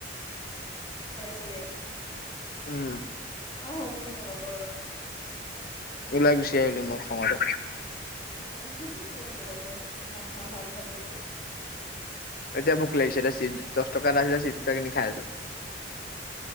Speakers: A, on the left (about 25°); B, on the left (about 55°).
A: সেইয়াই।
B: উম।
A: অ' <unintelligible>
B: ওলাই গুছি আহিলো মই খঙতে।
A: উম, মই এনেকুৱা কৰো নাখাও ভাত চাত একো।
B: এতিয়া ভোক লাগিছে দে চিপচ দছ টকা এটা আছিলে চিপচ এটা কিনি খাই আছোঁ।